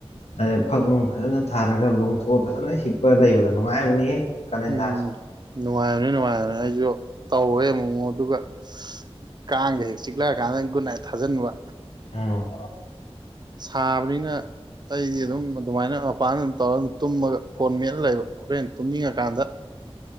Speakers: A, on the left (about 85°); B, on the right (about 45°).
A: ꯑꯗꯩ ꯐꯛ ꯅꯨꯡ ꯐꯖꯅ ꯊꯥꯔꯒ ꯂꯣꯡꯊꯣꯛꯑ ꯐꯖꯅ ꯍꯤꯞꯄ ꯂꯩꯕꯗ ꯅꯨꯡꯉꯥꯏꯕꯅꯤ ꯀꯥꯂꯦꯟ
B: ꯎꯝ
A: ꯊꯥꯁꯦ
B: ꯅꯨꯡꯉꯥꯏꯕꯅꯦ ꯅꯨꯡꯉꯥꯏꯕꯅꯦ ꯑꯩꯁꯨ ꯇꯧꯋꯦ ꯑꯃꯨ ꯃꯨꯛ ꯑꯗꯨꯒ ꯀꯥꯡꯒ ꯍꯦꯛ ꯆꯤꯛꯂꯛꯑꯀꯥꯟꯗ ꯒꯨꯠꯅꯥꯏꯠ ꯊꯥꯖꯟꯕ
A: ꯎꯝ
B: ꯁꯥꯕꯅꯤꯅ ꯑꯩꯗꯤ ꯑꯗꯨꯝ ꯑꯗꯨꯃꯥꯏꯅ ꯃꯄꯥꯟꯗ ꯑꯗꯨꯝ ꯇꯧꯔꯒ ꯑꯗꯨꯝ ꯇꯨꯝꯃꯒ ꯐꯣꯟ ꯃꯦꯠꯂ ꯂꯩꯕ ꯍꯣꯔꯦꯟ ꯇꯨꯝꯅꯤꯡꯉꯀꯥꯟꯗ